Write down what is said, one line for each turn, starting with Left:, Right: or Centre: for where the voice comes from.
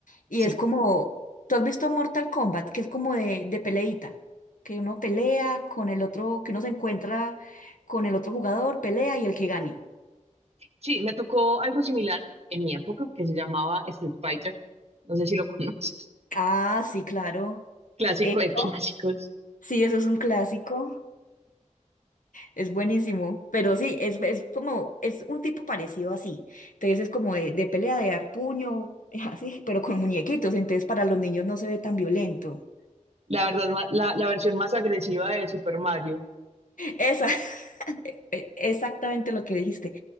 Left: Y
Right: Sí.
Left: es como, ¿tú has visto Mortal Kombat? Que es como de, de peleita, que uno pelea con el otro, que uno se encuentra con el otro jugador, pelea y el que gane.
Right: Sí, me tocó algo similar en mi época que se llamaba Street Fighter. No sé si lo <laughs> conoces.
Left: Ah, sí, claro.
Right: Clásico
Left: Eso,
Right: de clásicos.
Left: sí, eso es un clásico. Es buenísimo, pero sí, es, es como, es un tipo parecido así. Entonces es como de, de pelea, de dar puño, <laughs> así, pero con muñequitos. Entonces para los niños no se ve tan violento.
Right: La verdad, ma- la, la versión más agresiva de Super Mario.
Left: Esa, <laughs> e- exactamente lo que dijiste.